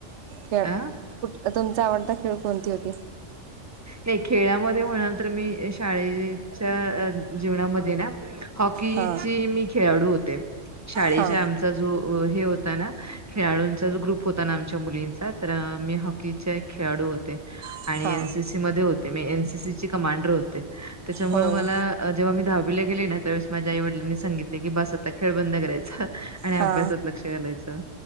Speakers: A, on the right (about 70°); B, on the right (about 20°).
A: खेळ.
B: अ
A: कुठ- तुमचा आवडता खेळ कोणती होती?
B: नाही खेळामध्ये म्हणाल तर मी शाळे- च्या जीवनामध्ये ना, हॉकीची
A: हा
B: मी खेळाडू होते. शाळेच्या-
A: हा
B: त जो हे होता ना, खेळाडूंचा जो ग्रुप होता ना आमच्या मुलींचा, तर मी हॉकीच्या- खेळाडू होते.
A: हा
B: आणि एन सी सी मध्ये होते मी, एन सी सी ची कमांडर होते, त्याच्यामुळे
A: होय
B: मला- जेव्हा मी दहावीला गेली ना, त्यावेळेस माझ्या आई वडीलानी सांगितले की, बास आता खेळ बंद करायचा- आणि
A: हा
B: अभ्यासात लक्ष घालायचं,